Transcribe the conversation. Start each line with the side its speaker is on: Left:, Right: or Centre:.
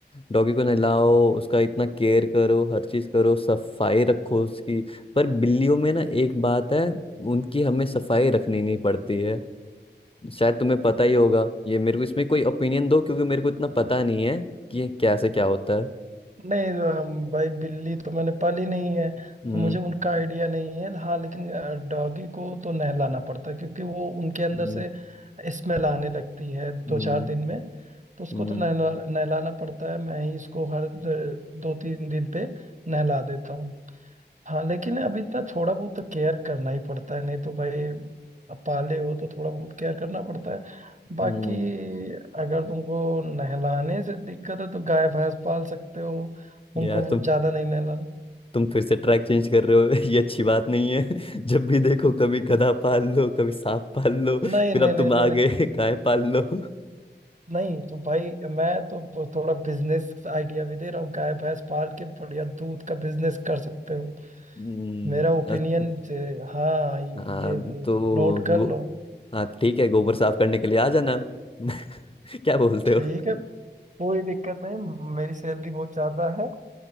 Left: डॉगी को नहलाओ उसका इतना केयर करो हर चीज करो सफाई रखो उसकी पर बिल्लियों में ना एक बात है उनकी हमें सफाई रखनी नहीं पड़ती है शायद तुम्हें पता ही होगा ये मेरे को इसमें कोई ओपिनियन दो क्योंकि मेरे को इतना पता नहीं है कि ये क्या से क्या होता है
Right: नहीं अम, भाई बिल्ली तो मैंने पाली नहीं है
Left: हम्म
Right: तो मुझे उनका आइडिया नहीं है हाँ लेकिन डॉगी को तो नहलाना पड़ता है क्योंकि वो उनके अंदर
Left: हम्म
Right: से स्मेल आने लगती है दो
Left: हम्म
Right: चार दिन में तो उसको
Left: हम्म
Right: तो नहला नहलाना पड़ता है मैं ही इसको हर अ, दो तीन दिन पे नहला देता हूँ हाँ लेकिन अब इतना थोड़ा बहुत तो केयर करना ही पड़ता है नहीं तो भाई अब पाले हो तो थोड़ा बहुत केयर करना पड़ता है बाकी
Left: हम्म।
Right: अगर तुमको नहलाने से दिक्कत है तो गाय भैंस पाल सकते हो उनको
Left: यार
Right: वो
Left: तुम
Right: ज्यादा नहीं नहलाना
Left: तुम फिर से ट्रैक चेंज कर रहे हो <laughs> ये अच्छी बात नहीं है <laughs> जब भी देखो कभी गधा पाल लो कभी सांप पाल
Right: <laughs>
Left: लो
Right: नहीं
Left: फिर
Right: नहीं
Left: अब
Right: नहीं
Left: तुम
Right: नहीं
Left: आगे
Right: नहीं
Left: <laughs> गाय पाल लो <laughs>
Right: नहीं तो भाई मैं तो ब- थोड़ा बिजनेस आइडिया भी दे रहा हूँ गाय भैंस पाल के बढ़िया दूध का बिजनेस कर सकते हो
Left: हम्म,
Right: मेरा ओपिनियन
Left: अ-
Right: हाँ ये
Left: हाँ
Right: नोट
Left: तो गो,
Right: कर लो
Left: हाँ ठीक है गोबर साफ करने के लिए आ जाना <laughs> क्या बोलते
Right: ठीक
Left: हो
Right: है कोई दिक्कत नहीं मेरी सैलरी बहुत ज्यादा है